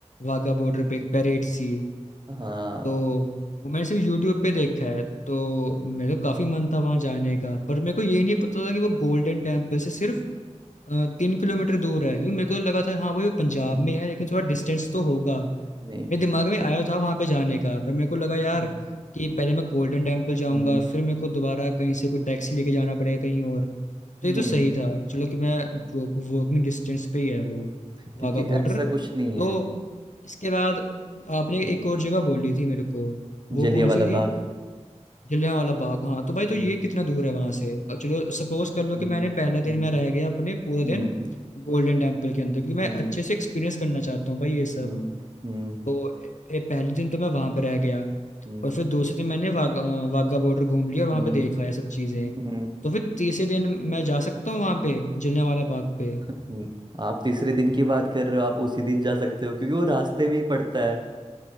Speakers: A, on the left; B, on the right.
A: वाघा बॉर्डर पे एक परेड सी
B: हाँ
A: तो वो मैंने सिर्फ यूट्यूब पे देखा है तो मेरा काफी मन था वहां जाने का पर मेरे को ये नहीं पता था कि वो गोल्डन टेम्पल से सिर्फ अ, तीन किलोमीटर दूर है क्योंकि मेरे को तो लगा था हाँ भाई वो पंजाब
B: हम्म,
A: में है लेकिन थोड़ा डिस्टेंस तो होगा
B: नहीं
A: मेरे दिमाग में आया था वहां पे जाने का पर मेरे को लगा
B: हम्म,
A: यार कि पहले मैं गोल्डन टेम्पल जाऊंगा
B: हम्म,
A: फिर मेरे को दोबारा कहीं से कोई टैक्सी लेके जाना पड़ेगा कहीं और तो
B: नहीं
A: ये तो सही
B: नहीं
A: था चलो कि मैं वो, वॉकिंग डिस्टेंस पे ही है वो वाघा
B: क्योंकि
A: बॉर्डर
B: ऐसा कुछ नहीं
A: तो
B: है
A: इसके बाद आपने
B: हम्म,
A: एक और जगह बोली थी मेरे को वो
B: जलिया
A: कौन
B: वाला
A: सी थी
B: बाग
A: जलियांवाला बाग हाँ तो भाई तो
B: हम्म,
A: ये कितना दूर है वहां से और चलो सपोज कर
B: हम्म,
A: लो कि मैंने पहला
B: हम्म,
A: दिन मैं रह गया अपने पूरा
B: हम्म,
A: दिन गोल्डन टेम्पल के अंदर क्योंकि मैं
B: हम्म,
A: अच्छे से एक्सपीरियंस करना चाहता हूँ भाई ये सब
B: हम्म, हम्म,
A: तो ए, पहले दिन तो मैं वहां पे रह गया
B: हम्म,
A: और फिर दूसरे दिन मैंने वाघा वाघा बॉर्डर घूम लिया और
B: हम्म,
A: वहां पे देखा ये सब चीजें
B: हम्म,
A: तो फिर तीसरे दिन मैं जा सकता हूँ वहां पे जलियांवाला बाग पे
B: हम्म। आप तीसरे दिन की बात कर रहे हो आप उसी दिन जा सकते हो क्योंकि वो रास्ते में ही पड़ता है